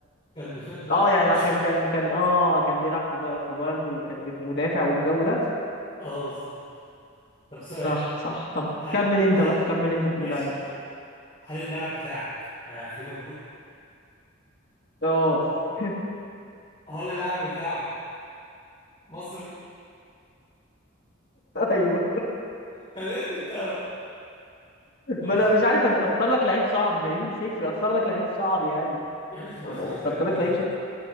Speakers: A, on the left (about 25°); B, on the left (about 50°).
A: كان ديفندر
B: اه يعني
A: أصلا
B: عشان كان كان اه كان بيلعب في با- في بايرن وكان بيبقى مدافع والجو ده
A: أه بالظبط طب سؤال
B: صح صح طب
A: هل
B: كمل انت
A: هل
B: بقى كمل انت في
A: ماشي
B: اللعيب
A: ه- هل اللاعب بتاعك آه في ليفربول؟
B: اه <laughs>
A: هل اللاعب بتاعك مصري؟
B: ايوه
A: طب يا ابني انت ماشي
B: ما انا مش عارف أج- اختار لك لعيب صعب ما هي دي الفكره اختار لك لعيب صعب يعني
A: يا ابني طب ما
B: ولو
A: أنا اخترت
B: اخترت
A: لك بواتينج
B: لك لعيب صعب